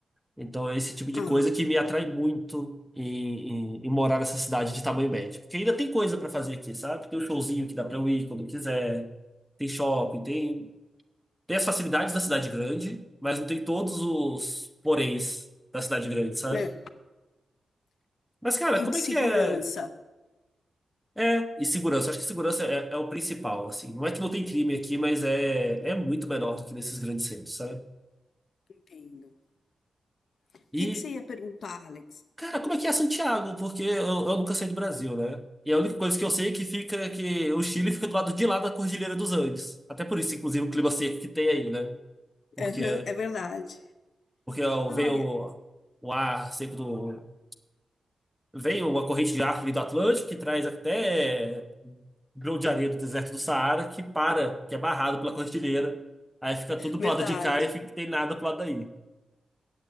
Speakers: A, in the centre; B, on the left (about 60°).
A: Então, é esse tipo de
B: ah,
A: coisa que me atrai muito em, em, em morar nessa cidade de tamanho médio. Porque ainda tem coisa pra fazer aqui, sabe? Tem um showzinho que dá pra eu ir quando eu quiser, tem shopping, tem. Tem as facilidades da cidade grande, mas não tem todos os poréns da cidade grande, sabe?
B: é.
A: Mas, cara,
B: E
A: como
B: de segurança,
A: é que é? É, e segurança. Acho que segurança é, é o principal, assim. Não é que não tem crime aqui, mas é, é muito menor do que nesses grandes centros, sabe?
B: entendo. O
A: E,
B: que que você ia perguntar, Alex?
A: cara, como é que é Santiago? Porque eu, eu nunca saí do Brasil, né? E a única coisa que eu sei é que fica é que o Chile fica do lado de lá da Cordilheira dos Andes. Até por isso, inclusive, o clima seco que tem aí, né? Porque,
B: <laughs> É verdade.
A: porque
B: Olha,
A: veio o o ar seco do, Veio a corrente de ar que veio do Atlântico, que traz até grão de areia do deserto do Saara, que para, que é barrado pela cordilheira. Aí fica tudo pro
B: verdade.
A: lado de cá e fica que tem nada pro lado daí.